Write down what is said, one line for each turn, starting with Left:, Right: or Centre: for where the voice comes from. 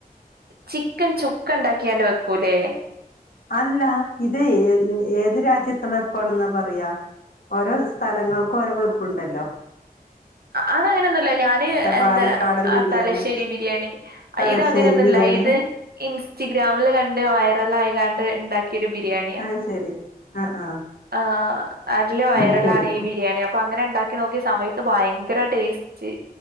Right: ചിക്കൻ ചുക്കണ്ടാക്ക്യാണ്ട് വെക്കൂല്ലേ
Left: അല്ല ഇത് ഏ ഏത് രാജ്യത് ത്തെ വെപ്പാണെന്നാ പറയാ, ഓരോ സ്ഥലങ്ങൾക്കോരോ വെപ്പ്‌ ണ്ടല്ലോ
Right: അതങ്ങനെന്നുല്ല ഞാന് എന്താ
Left: പാലക്കാടൻ
Right: ആ
Left: ബിരിയാണി
Right: തലശ്ശേരി ബിരിയാണി
Left: തലശ്ശേരി
Right: ഇതങ്ങനെയൊന്നുല്ല
Left: ബിരിയാണി
Right: ഇത് ഇൻസ്റ്റിഗ്രാമില് കണ്ട് വൈറലായികാണ്ട് ഇണ്ടാക്കി ക്ക്യൊരു ബിരിയാണ്യാ
Left: ആഹ് ശരി ആഹ് ആഹ്
Right: ആഹ് അതില് വൈറലാണീ
Left: ആഹ് ശരി
Right: ബിരിയാണി, അപ്പങ്ങനെ ണ്ടാക്കി നോക്ക്യ സമയത്ത് ഭയങ്കര ടേസ്റ്റ്,